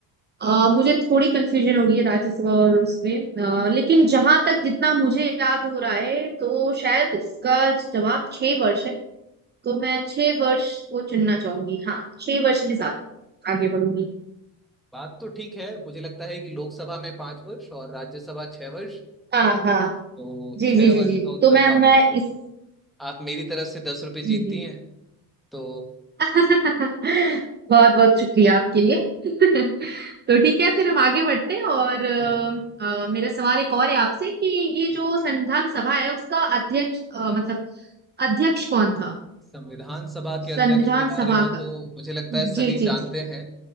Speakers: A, on the right; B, in the centre.
A: अ, मुझे थोड़ी कंफ्यूजन हो गई है राज्यसभा और उसमें अ, लेकिन जहां तक जितना मुझे याद हो रहा है तो शायद इसका जवाब छह वर्ष है तो मैं छह वर्ष को चुनना चाहूंगी हाँ छह वर्ष के साथ आगे बढ़ूंगी
B: बात तो ठीक है मुझे लगता है कि लोकसभा में पांच वर्ष और राज्यसभा छह वर्ष
A: हाँ हाँ
B: तो
A: जी
B: छह
A: जी जी
B: वर्ष
A: जी
B: का उत्तर
A: तो मैं
B: तो आपका
A: मैं
B: सही
A: इस
B: है आप मेरी तरफ से दस रुपये
A: जी
B: जीतती
A: जी
B: हैं तो
A: <laughs> बहुत बहुत शुक्रिया आपके लिए <laughs> तो ठीक है फिर हम आगे बढ़ते हैं और अ,
B: जी जी जी
A: अ, मेरा सवाल एक और है आपसे कि ये
B: जी।
A: जो संविधान सभा है उसका अध्यक्ष अ, मतलब अध्यक्ष कौन था
B: संविधान सभा के
A: संविधान
B: अध्यक्ष के बारे
A: सभा
B: में
A: का
B: तो मुझे लगता
A: जी
B: है सभी
A: जी
B: जानते
A: जी
B: हैं